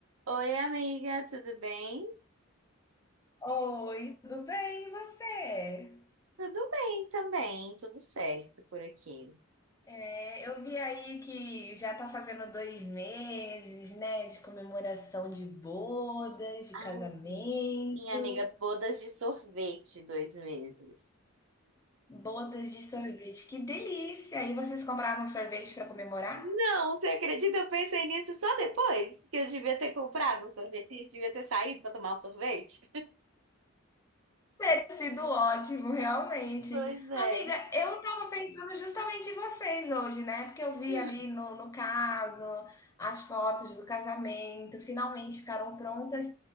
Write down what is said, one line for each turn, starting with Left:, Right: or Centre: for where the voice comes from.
Right: Oi, amiga, tudo bem?
Left: Oi, tudo bem, e você?
Right: Tudo bem também, tudo certo por aqui.
Left: É, eu vi aí que já tá fazendo dois meses, né, de comemoração de bodas, de
Right: Ai,
Left: casamento,
Right: minha amiga, bodas de sorvete, dois meses.
Left: bodas de sorvete. Que delícia! E vocês compraram sorvete pra comemorar?
Right: Não, você acredita? Eu pensei nisso só depois que eu devia ter comprado um sorvete, a gente devia ter saído para tomar um sorvete.
Left: Tem sido ótimo, realmente.
Right: Pois é.
Left: Amiga, eu tava pensando justamente em vocês hoje, né? Porque eu vi
Right: Hum.
Left: ali no, no caso as fotos do casamento, finalmente ficaram prontas.